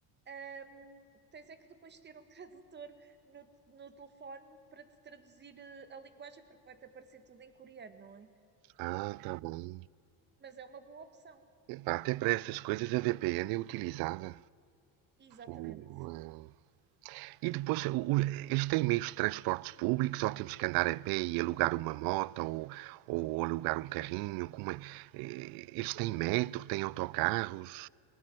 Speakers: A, on the right; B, on the right.
A: Ahm, tens é que depois ter um <laughs> tradutor no, no telefone para te traduzir eh, a linguagem, porque vai-te aparecer tudo em coreano, não é?
B: Ah, tá bom.
A: Mas é uma boa opção.
B: Epá, até para essas coisas a VPN é utilizada.
A: Exatamente.
B: O, eh, E depois, o- o- eles têm meios de transportes públicos ou temos que andar a pé e alugar uma moto ou, ou alugar um carrinho? Como é? Eh, Eles têm metro, têm autocarros?